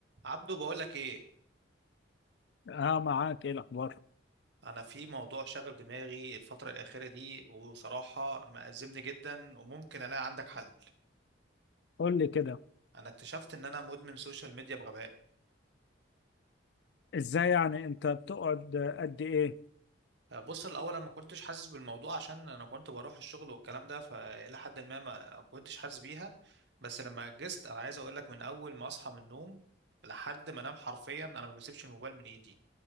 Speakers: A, on the right; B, on the left.
A: عبدو بقول لك ايه
B: اه معاك ايه الاخبار
A: انا في موضوع شغل دماغي الفتره الاخيره دي وصراحه مأزمني جدا وممكن الاقي عندك حل
B: قول لي كده
A: انا اكتشفت ان انا مدمن سوشيال ميديا بغباء
B: ازاي يعني انت بتقعد قد ايه
A: بص الاول انا ما كنتش حاسس بالموضوع عشان انا كنت بروح الشغل والكلام ده فالى حد ما ما كنتش حاسس بيها بس لما جست انا عايز اقول لك من اول ما اصحى من النوم لحد ما انام حرفيا انا ما بسيبش الموبايل من ايدي